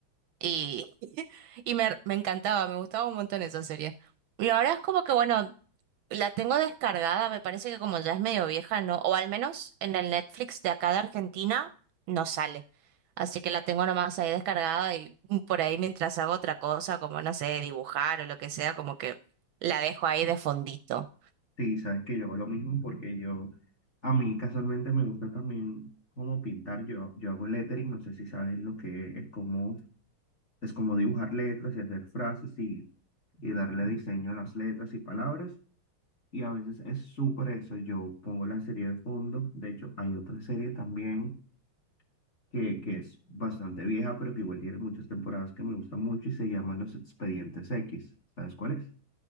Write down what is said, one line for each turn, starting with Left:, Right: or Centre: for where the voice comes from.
Right: y, <laughs> y me, me encantaba, me gustaba un montón esa serie. Y ahora es como que, bueno, la tengo descargada, me parece que como ya es medio vieja, ¿no? O al menos en el Netflix de acá de Argentina no sale. Así que la tengo nomás ahí descargada y por ahí mientras hago otra cosa, como no sé, dibujar o lo que sea, como que la dejo ahí de fondito.
Left: Sí, sabes que yo hago lo mismo porque yo, a mí casualmente me gusta también como pintar. Yo, yo hago lettering, no sé si sabes lo que es, como, es como dibujar letras y hacer frases y, y darle diseño a las letras y palabras. Y a veces es súper eso. Yo pongo la serie de fondo. De hecho, hay otra serie también que, que es bastante vieja, pero que igual tiene muchas temporadas que me gusta mucho y se llama Los Expedientes X. ¿Sabes cuál es?